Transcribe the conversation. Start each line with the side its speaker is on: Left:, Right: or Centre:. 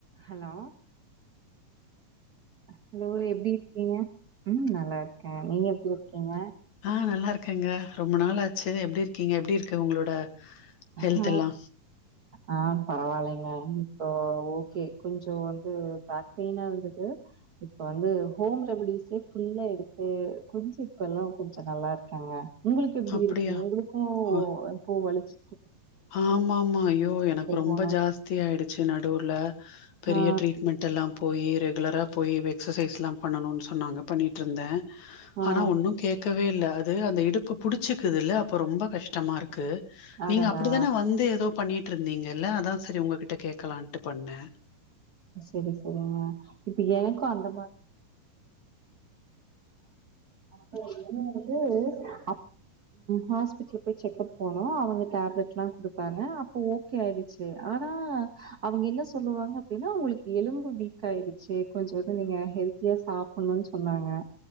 Right: Hello hello எப்டி இருக்கீங்க உம் நல்லா இருக்கேன் நீங்க எப்டி இருக்கீங்க
Left: ஆ நல்லா இருக்கேங்க ரொம்ப நாளாச்சு எப்டி இருக்கீங்க எப்படி இருக்கு உங்களோட ஹெல்த்
Right: ஹ
Left: எல்லா?
Right: ஆ பரவாயில்லை இப்போ ஓகே கொஞ்சம் வந்து பேக் பெயினா இருந்தது இப்ப வந்து ஹோம் ரெமடிஸே ஃபுல்லா எடுத்து கொஞ்சம் இப்ப எல்லாம் கொஞ்சம் நல்லா இருக்காங்க உங்களுக்கு எப்படி
Left: அப்டியா?
Right: இருக்கு உங்களுக்கும்
Left: அ
Right: இப்போ வலிச்ச
Left: ஆமாமா ஐயோ எனக்கு ரொம்ப
Right: போனோ
Left: ஜாஸ்தி ஆயிடுச்சு நடுர்ல பெரிய
Right: ஆ
Left: ட்ரீட்மெண்ட் எல்லாம் போயி ரெகுலராக போய் எக்ஸசைஸ் எலாம் பண்ணணும்ன்னு சொன்னாங்க பண்ணிட்டு இருந்தேன்
Right: ஆ
Left: ஆனா ஒன்னும் கேக்க இல்ல அது அந்த இடுப்பு புடிச்சுக்குதுல் அப்ப ரொம்ப கஷ்டமா இருக்கு <unintelligible>
Right: அடடா
Left: நீங்க அப்ப அப்படிதானே வந்து ஏதோ பண்ணிட்டு இருந்தீங்கல்ல அதான் சரி உங்ககிட்ட கேட்கலான்ட்டு பண்ணேன்
Right: சரி சரிங்க இப்ப எனக்கும் அந்த <unintelligible> ஹாஸ்பிட்டல் போய் செக்கப் போனம் அவங்க டேப்லெட் எல்லாம் குடுத்தாங்க அப்ப ஓகே ஆயிடுச்சு ஆனா அவங்க என்ன சொல்லுவாங்க அப்படினா உங்களுக்கு எலும்பு வீக் ஆயிடுச்சு கொஞ்ச இது நீங்க ஹெல்த்தியா சாப்புடணும்னு சொன்னாங்க